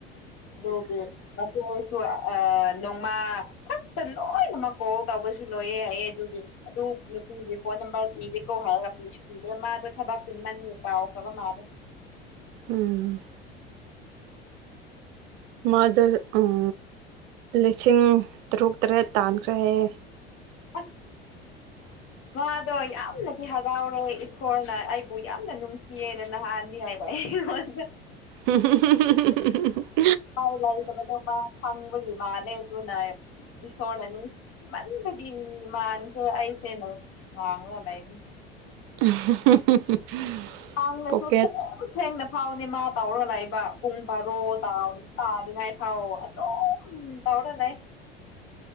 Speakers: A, on the left; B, on the right.
A: ꯃꯦ <unintelligible> ꯃꯆꯦꯗꯨꯁꯨ ꯑ ꯅꯣꯡꯃꯥ ꯂꯣꯏꯅꯃꯛ ꯀꯣꯜ ꯇꯧꯕꯁꯨ ꯂꯣꯏꯌꯦ ꯍꯥꯏꯌꯦ ꯑꯗꯨꯒꯤ ꯑꯗꯨ ꯅꯨꯄꯤꯒꯤ ꯐꯣꯟ ꯅꯝꯕꯔ ꯄꯤꯒꯦꯀꯣ ꯍꯥꯏꯔꯒ ꯄꯤꯗꯦ ꯃꯥꯗꯣ ꯊꯕꯛ ꯆꯤꯟꯃꯟ ꯀꯥꯎꯈ꯭ꯔꯕ ꯃꯥꯜꯂꯦ
B: ꯎꯝ ꯃꯥꯗꯣ ꯎꯝ ꯂꯤꯁꯤꯡ ꯇꯔꯨꯛ ꯇꯔꯦꯠ ꯇꯥꯟꯈ꯭ꯔꯦ ꯍꯥꯏꯌꯦ
A: <inaudible>
B: <inaudible>
A: ꯃꯥꯗꯣ ꯌꯥꯝꯅꯗꯤ ꯍꯔꯥꯎꯔꯦ ꯏꯁꯣꯔꯅ ꯑꯩꯕꯨ ꯌꯥꯝꯅ ꯅꯨꯡꯁꯤꯌꯦꯅ ꯅꯍꯥꯟꯗꯤ ꯍꯥꯏ ꯑꯣ <unintelligible> ꯑꯩ <unintelligible> ꯉꯣꯟꯗꯥ
B: <inaudible>
A: ꯄꯥꯎ ꯂꯩꯇꯕꯗ ꯃꯥ ꯈꯪꯕꯒꯤ ꯃꯥꯜꯂꯦ ꯑꯗꯨꯅ ꯏꯁꯣꯔꯅ ꯅꯨꯡꯁꯤꯃꯟꯕꯒꯤ ꯃꯥꯟꯈꯔ꯭ꯦ ꯑꯩꯁꯦ ꯅꯨ ꯋꯥꯥꯡꯕ ꯂꯩꯕꯅꯤ
B: <inaudible>
A: <unintelligible> ꯂꯩꯇꯦ
B: ꯄꯣꯀꯦꯠ
A: ꯊꯦꯡ ꯊꯦꯡꯅ ꯐꯥꯎꯅꯦ ꯃꯥ ꯇꯧꯔ ꯂꯩꯕ ꯄꯨꯡ ꯕꯥꯔꯣ ꯇꯥꯎ ꯇꯥꯗꯔ꯭ꯤꯉꯥꯏ ꯐꯥꯎ ꯑꯗꯨꯝ ꯇꯧꯔ ꯂꯩ